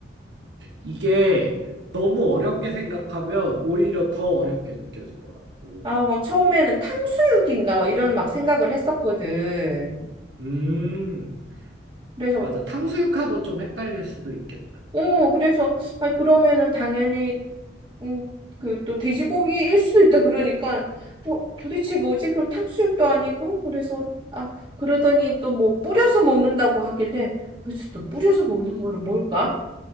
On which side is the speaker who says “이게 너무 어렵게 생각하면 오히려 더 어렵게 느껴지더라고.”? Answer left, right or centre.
Right